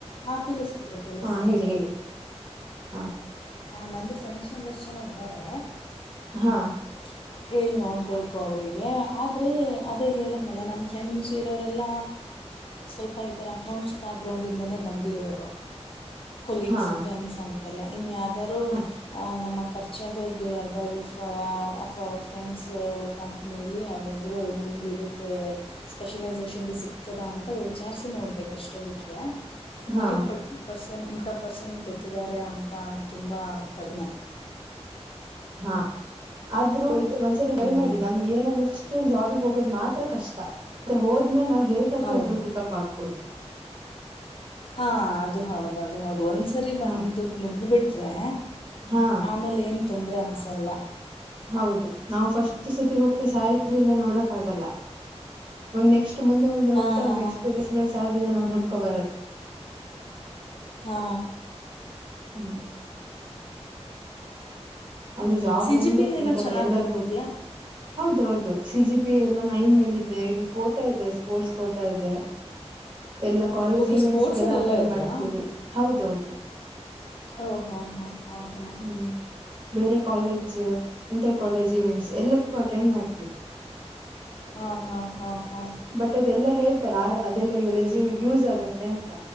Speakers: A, on the left; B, on the right.
A: ಹಾಂ ಕೇಳಿಸ್ತಿದೆ ಕೇಳಿಸ್ತಿದೆ
B: ಹಾ ಹೇಳಿ ಹೇಳಿ ಹಾ
A: ಹಾಂ ನಂದು ಫ್ರೆಂಡ್ಸು ಒಂದಿಷ್ಟು ಜನ ಇದ್ದಾರೆ
B: ಹಾ
A: <inaudible> ಹೇಳಿ ನೋಡಬೇಕು ಅವರಿಗೆ ಆದರೆ ಅದೇ ಹೇಳಿದ್ನಲ್ಲ ನಮ್ಮ ಫ್ರೆಂಡ್ಸ್ ಇರೋರೆಲ್ಲ ಸ್ವಲ್ಪ ಈ ಥರ ಅಕೌಂಟ್ಸ್ ಬ್ಯಾಕ್ ಗ್ರೌಂಡ್ ಡಿಂದನೇ ಬಂದಿರೋರು ಕೊಲೀಗ್ಸ್
B: ಹಾ
A: ಫ್ರೆಂಡ್ಸ್ ಅಂತೆಲ್ಲ ಇನ್ಯ್ದ್ರು
B: ಹಾ
A: ನಮ್ಮ ಪರಿಚಯದವ್ರ್ ಅರ್ಧರುಫ ಅಥವಾ ಅವ ಫ್ರೆಂಡ್ಸ್ ಕಂಪ್ನೀಲಿ ಯಾವುದಾದ್ರರು ನಿದರು ಸ್ಪೆಷಲೈಸೇಷನ್ ಭೀ ಸಿಗ್ತದ ಅಂತ ವಿಚಾರಿಸಿ ನೋಡ್ಬೇಕುಷ್ಟ ಬಿಟ್ಟರೆ
B: ಹಾ
A: ನನಗ್ ಪ ಪರ್ಸನ್ ಇಂಥ ಪರ್ಸನ್ ಗೊತ್ತಿದ್ದಾರೆ ಅಂತಾ ತುಂಬಾ ಕಡಿಮೆ
B: ಹಾ ಆದ್ರೂ ಒಂದ್ಸರಿ
A: ಹ್ಞೂ
B: ಟ್ರೈ ಮಾಡಿ ನಮ್ಗೆ ಏನಂದ್ರೆ ಫಸ್ಟ್ ಒಂದ ಜಾಬಿಗೆ ಹೋಗೋದ್ ಮಾತ್ರ ಕಷ್ಟ ಮತ್ತೆ ಹೋದ್ಮೇಲೆ ನಾವ್ ಹೇಗೆ ಅದ್ರಲ್ಲಿ
A: ಹೌದು
B: ಪಿಕಪ್ ಆಗ್ಬಹದು
A: ಹಾ ಅದು ಹೌದು ಅದು ಹೌದು ಒಂದ್ಸರಿ
B: ಹಾ
A: ಒಂದಕ್ ನುಗ್ಗಬಿಟ್ರೆ
B: ಹಾ
A: ಆಮೇಲೆ ಏನು ತೊಂದರೆ ಅನ್ಸಲ್ಲ
B: ಹೌದು ನಾವು ಫಸ್ಟ್ ಸತಿ ಹೋಗ್ತಾ ಸ್ಯಾಲ್ರಿ ಎಲ್ಲಾ ನೋಡಕ್ ಆಗಲ್ಲ ನೆಕ್ಸ್ಟ್ ಮುಂದೆ ಮುಂದೆ
A: ಹಾಂ
B: ಹೋಗ್ತಾ ನಮ್
A: ಹಾಂ
B: ಎಕ್ಸ್ಪೀರಿಯನ್ಸ್ ಮೇಲೆ ಸ್ಯಾಲ್ರಿದ ನ್ ಹುಡ್ಕೋ ಬರತ್ತೆ
A: ಹಾ
B: ಹ್ಮ್ ಆದ್ರೂ ಜಾಬ್
A: ಸಿ
B: ಒಂದೇ
A: ಜಿ ಪಿ ಎಲ್ಲ
B: ಎಂತರ
A: ಚೆನ್ನಾಗಿ
B: ಎಲ್ಲರಿಗೂ
A: ಬಂದಿದೆಯಾ
B: ಹೌದೌದು ಸಿ ಜಿ ಪಿ ಎಲ್ಲ ನೈನ್ ಮೇಲ ಇದೆ ಇದು ಕೋಟಾ ಇದೆ ಸ್ಪೋರ್ಟ್ಸ್ ಕೋಟಾ ಇದೆ
A: <inaudible>
B: ಎಲ್ಲಾ ಕಾಲೇಜ್
A: ಓಕೆ
B: ಇವೆಂಟ್ಸ್
A: ಸ್ಪೋರ್ಟ್ಸಲ್ಲೆಲ್ಲ
B: ಗೆಲ್ಲ ಅಟೆಂಡ್
A: ಇದ್ರಾ
B: ಮಾಡ್ತೀವಿ ಹೌದೌದು
A: ಓ ಹೋ ಹಾ ಹಾ ಹಾ
B: ಹ್ಮ್ ಬೇರೆ ಕಾಲೇಜ್ ಇಂಟರ್ ಕಾಲೇಜ್ ಇವೆಂಟ್ಸ್ ಎಲ್ಲದಕ್ಕೂ ಅಟೆಂಡ್ ಮಾಡ್ತೀವಿ
A: ಹಾ ಹಾ ಹಾ ಹಾ
B: ಬಟ್ ಅದೆಲ್ಲ ಹೇಳ್ತಾರೆ ಆ ಅದೆಲ್ಲ ಇವ್ ರೆಸ್ಯೂಮ್ ಯೂಸ್ ಆಗತ್ತೆ ಅಂತ